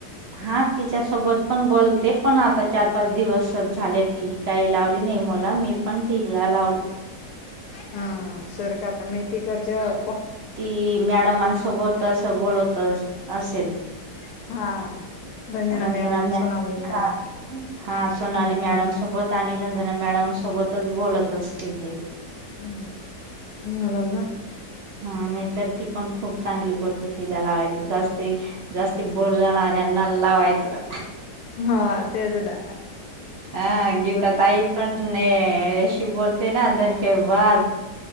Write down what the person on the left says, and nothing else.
हा सुरख तर मेथी कच्या
हा
मॅडम, सोनाली मॅडम
हम्म.
हम्म म्हण ना
हा तेच ना
मग